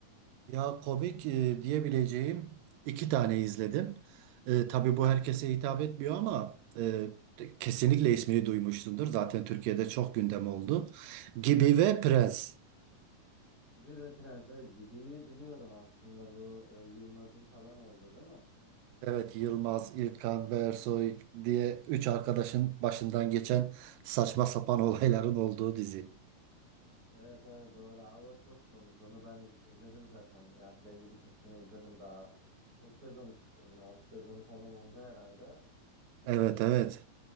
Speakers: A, on the right; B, on the right.
A: Ya komik e, diyebileceğim iki tane izledim. E, tabii bu herkese hitap etmiyor ama e, te- kesinlikle ismini duymuşsundur. Zaten Türkiye'de çok gündem oldu. Gibi ve Prens.
B: Gibi ve Prenses Gibi'yi biliyorum aslında bu e, Yılmaz'ın falan olduğu değil mi?
A: Evet Yılmaz, İlkan ve Ersoy diye üç arkadaşın başından geçen saçma sapan <laughs> olayların olduğu dizi.
B: Evet evet doğru abi o çok komik onu ben izledim zaten. Yani belli bir kısmını izledim daha. Çok sezonu çıktı onun 6 sezonu falan oldu herhalde.
A: Evet evet.